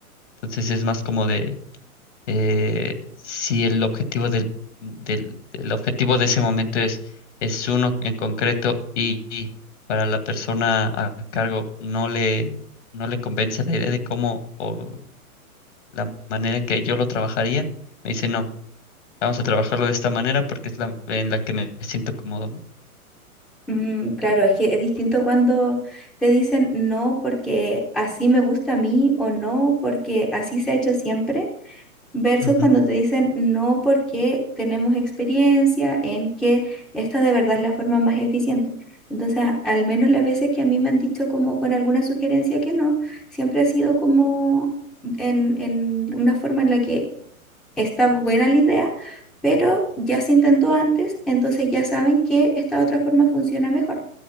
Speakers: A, on the left; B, in the centre.
A: Entonces es más como de eh, si el objetivo del, del, del objetivo de ese momento es, es uno en concreto y, y para la persona a cargo no le, no le convence la idea de cómo o la manera en que yo lo trabajaría, me dice no. Vamos a trabajarlo de esta manera porque es la en la que me siento cómodo, ¿no?
B: Mm, claro, es que es distinto cuando te dicen no porque así me gusta a mí o no porque así se ha hecho siempre, versus
A: Ujú.
B: cuando te dicen no porque tenemos experiencia en que esta de verdad es la forma más eficiente. Entonces, a- al menos las veces que a mí me han dicho como con alguna sugerencia que no, siempre ha sido como en, en una forma en la que Está buena la idea, pero ya se intentó antes, entonces ya saben que esta otra forma funciona mejor.